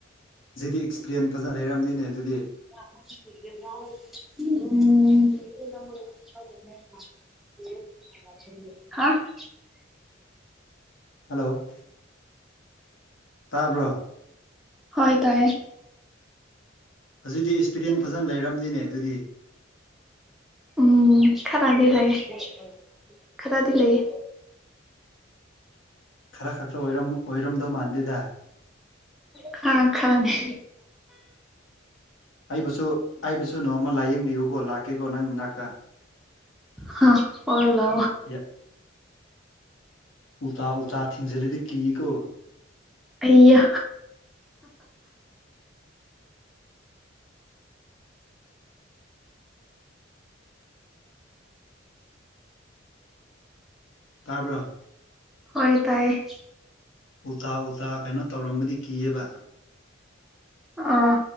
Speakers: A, on the left; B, in the centre.
A: ꯖꯤꯗꯤ ꯑꯦꯛꯞꯂꯦꯟ ꯐꯖꯅ ꯂꯩꯔꯝꯅꯤꯅꯦ ꯑꯗꯨꯗꯤ
B: ꯎꯝ <inaudible>
A: <inaudible> ꯍꯜꯂꯣ ꯇꯥꯕ꯭ꯔꯣ
B: ꯍꯣꯏ ꯇꯥꯏꯌꯦ
A: ꯍꯧꯖꯤꯛꯇꯤ ꯑꯦꯛꯁꯄꯤꯔꯦꯟ ꯐꯖꯅ ꯂꯩꯔꯝꯅꯤꯅꯦ ꯑꯗꯨꯗꯤ
B: ꯎꯝ ꯎꯝ ꯈꯔꯗꯤ ꯂꯩꯥꯏ ꯈꯔꯗꯤ ꯂꯩꯥꯏ
A: ꯈꯔ ꯈꯛꯇ ꯑꯣꯏꯔꯝꯗꯧ ꯃꯥꯟꯗꯦꯗ
B: ꯈ ꯈꯔꯅꯤ
A: ꯑꯩꯕꯨꯁꯨ ꯑꯩꯕꯨꯁꯨ ꯅꯣꯡꯃ ꯂꯥꯏꯌꯦꯡꯕꯤꯌꯨꯀꯣ ꯂꯥꯛꯀꯦꯀꯣ ꯅꯪ ꯏꯅꯥꯛꯇ
B: ꯍ ꯄꯔꯂ
A: ꯌꯦꯠ ꯎꯇꯥ ꯎꯇꯥ ꯊꯤꯖꯦꯂꯗꯤ ꯀ ꯀꯣ
B: ꯑꯌꯥ
A: ꯇꯥꯕ꯭ꯔꯥ
B: ꯍꯣꯏ ꯇꯥꯏꯌꯦ
A: ꯎꯜꯇꯥ ꯎꯜꯇꯥ ꯀꯩꯅꯣ ꯇꯧꯔꯝꯕꯗꯤ ꯀꯤꯑꯕ
B: ꯑꯥ